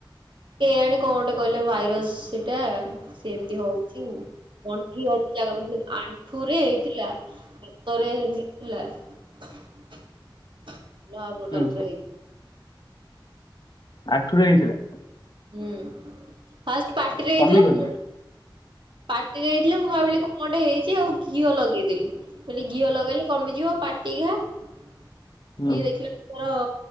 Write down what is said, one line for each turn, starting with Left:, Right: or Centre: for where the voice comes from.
Right: କେ ଜାଣି କ'ଣଗୋଟେ କହିଲେ ଭାଇରସ ସେଇଟା। ସେ ଏମିତି ହଉଛି ଗଣ୍ଠି ହ ଜାଗା ବ ଆଣ୍ଠୁ ରେ ହେଇଥିଲା ହାତରେ ନଇଥିଲା <unintelligible> ଲା ପ୍ରକାର
Left: ହୁଁ
Right: ପ୍ର ହେ <inaudible>
Left: ଆଣ୍ଠୁ ରେ ହେଇଥିଲା।
Right: ହୁଁ ଫାଷ୍ଟ ପାର୍ଟିରେ
Left: ଆଉ ସେ
Right: ହେଇଥିଲା
Left: କମିଗଲା
Right: ମୁଁ ପାଟିରେ ହେଇଥିଲା ମୁଁ ଭାବିଲି କଣଟେ ହେଇଚି ଆଉ ଘିଅ ଲଗେଇଦେଲି। କହିଲେ ଘିଅ ଲଗେଇଲେ କମିଯିବ ପାଟି ଘା ସିଏ
Left: ହୁଁ
Right: ଦେଖିଲା ତାର